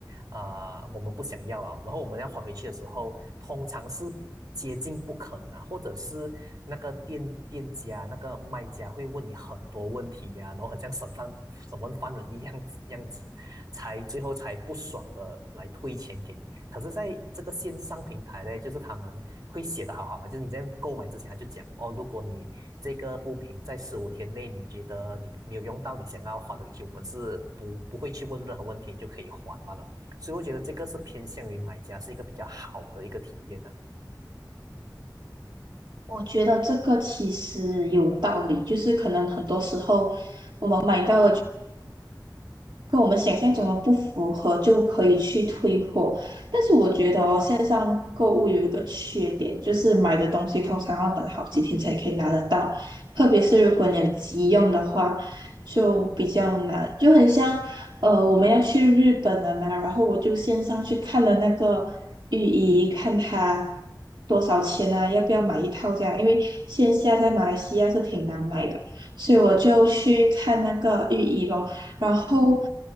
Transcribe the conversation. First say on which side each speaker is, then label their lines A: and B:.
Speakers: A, on the right (about 55°); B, on the right (about 75°).
A: 啊、我们不想要啊，然后我们要还回去的时候，通常是接近不可能啊，或者是那个店店家那个卖家会问你很多问题呀、然后很像审犯审问犯人一样一样子，才最后才不爽的来退钱给你。可是在这个线上平台呢，就是他们会写的好好嘛，就是你在购买之前他就讲哦，如果你这个物品在十五天内你觉得你没有用到，你想要还回去，我们是不不会去问任何问题，你就可以还罢了。所以我觉得这个是偏向于买家是一个比较好的一个体验呢、
B: 我觉得这个其实有道理，就是可能很多时候。买到。跟我们想象中的不符合，就可以去退货。但是我觉得哦，线上购物有一个缺点，就是买的东西通常要等好几天才可以拿得到，特别是如果你有急用的话，就比较难。就很像呃，我们要去日本了嘛，然后我就线上去看了那个浴衣，看它多少钱啊，要不要买一套这样，因为线下在马来西亚是挺难买的。所以我就去看那个浴衣咯，然后